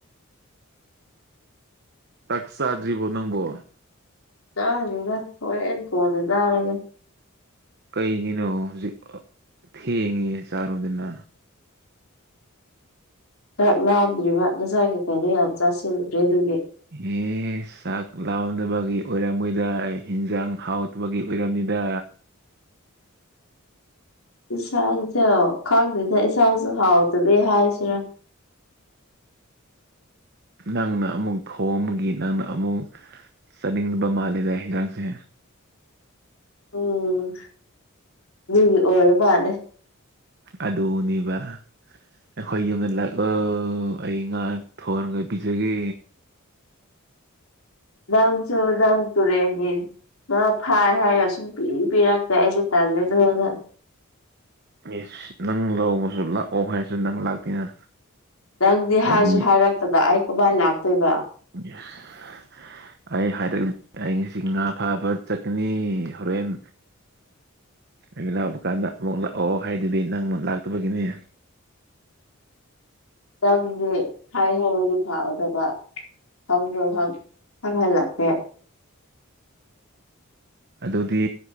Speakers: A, on the right (about 50°); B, on the left (about 80°).
A: ꯆꯥꯛ ꯆꯥꯗ꯭ꯔꯤꯕꯣ ꯅꯪꯕꯣ
B: ꯆꯥꯗ꯭ꯔꯤꯗ ꯍꯣꯔꯦꯟ ꯀꯣꯟꯅ ꯆꯥꯔꯒꯦ
A: ꯀꯩꯒꯤꯅꯣ ꯍꯧꯖꯤꯛ ꯊꯦꯡꯉꯦ ꯆꯥꯔ‌ꯣꯗꯅ
B: ꯆꯥꯛ ꯂꯥꯝꯗ꯭ꯔꯤꯕ ꯉꯁꯥꯏ ꯀꯩ ꯀꯩꯅꯣ ꯌꯥꯝ ꯆꯥꯁꯤꯜꯂꯨꯔꯦ ꯑꯗꯨꯒꯤ
A: ꯎꯝ ꯑꯦꯁ ꯆꯥꯛ ꯥꯂꯝꯗꯕꯒꯤ ꯑꯣꯏꯔꯝꯃ‌ꯣꯏꯗ ꯍ‌ꯦꯟꯖꯥꯡ ꯍꯥꯎꯇꯕꯒꯤ ꯑꯣꯏꯔꯝꯅꯤꯗ
B: ꯏꯟꯁꯥꯡꯁꯦ ꯈꯪꯗꯦꯗ ꯏꯟꯁꯥꯡꯁꯨ ꯍꯥꯎꯇꯕꯩ ꯍꯥꯏꯁꯤꯔꯥ
A: ꯅꯪꯅ ꯑꯃꯨꯛ ꯊꯣꯡꯕꯒꯤ ꯅꯪꯅ ꯑꯃꯨꯛ ꯆꯥꯅꯤꯡꯗꯕ ꯃꯥꯜꯂꯦꯗ ꯍ‌ꯦꯟꯖꯥꯡꯁꯦ
B: ꯎꯝ ꯗꯨꯒꯤ ꯑꯣꯏꯔ ꯃꯥꯟꯅꯦ
A: ꯑꯗꯨꯅꯦꯕ ꯑꯩꯈꯣꯏ ꯌꯨꯝꯗ ꯂꯥꯛꯂ‌ꯣ ꯑꯩ ꯉꯥ ꯊꯣꯡꯔꯒ ꯄꯤꯖꯒꯦ
B: ꯅꯪꯁꯨ ꯅꯪ ꯇꯨꯔꯦꯟꯒꯤ ꯉꯥ ꯐꯥꯏ ꯍꯥꯏꯔ ꯁꯨꯝꯄꯤ ꯄꯤꯔꯛꯇꯦ ꯑꯩꯁꯦ ꯇꯜꯂꯦꯅ <unintelligible>
A: ꯏꯁ ꯅꯪ ꯂꯧꯕꯁꯨ ꯂꯥꯛꯑꯣ ꯍꯥꯏꯁꯨ ꯅꯪ ꯂꯥꯛꯇꯦꯅ
B: ꯅꯪꯗꯤ
A: ꯍꯥꯏꯗꯤ
B: ꯍꯥꯏꯁꯨ ꯍꯥꯏꯔꯛꯇꯅ ꯑꯩ ꯀꯃꯥꯏꯅ ꯂꯥꯛꯇꯣꯏꯕ
A: <unintelligible> ꯑꯩ ꯍꯥꯏꯔꯒ ꯑꯩ ꯉꯁꯤ ꯉꯥ ꯐꯥꯕ ꯆꯠꯀꯅꯤ ꯍꯣꯔꯦꯟ ꯑꯩꯅ ꯂꯥꯛꯕ ꯀꯥꯟꯗ ꯑꯃꯨꯛ ꯂꯥꯛꯑꯣ ꯍꯥꯏꯗꯨꯗꯤ ꯅꯪꯅ ꯂꯥꯛꯇꯕꯒꯤꯅꯤ
B: ꯅꯪꯗꯤ ꯍꯥꯏ ꯍꯧꯔꯗꯤ ꯐꯥꯒꯗꯕ ꯈꯪꯁꯨ ꯈꯪ ꯈꯪꯍꯜꯂꯛ <unintelligible>
A: ꯑꯗꯨꯗꯤ